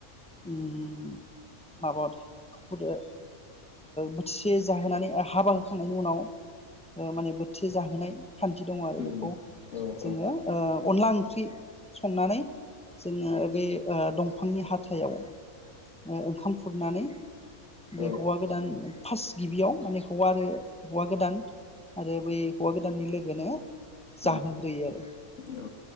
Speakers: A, in the centre; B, on the left.
A: उम माबा ओ बोथिसे जाहोनानै हाबा होखांनायनि उनाव माने बोथिसे जाहोनाय खान्थि दङ आरो
B: उम
A: बेखौ
B: औ
A: जोङो
B: औ
A: ओ अनला ला ओंख्रि संनानै जोङो बे दंफांनि हाथायाव ओंखाम खुरनानै बे
B: औ
A: हौवा गोदान फार्स्ट गिबियाव माने हौवा आरो हौवा गोदान आरो बै हौवा गोदाननि लोगोनो जाहोग्रोयो
B: उम
A: आरो
B: औ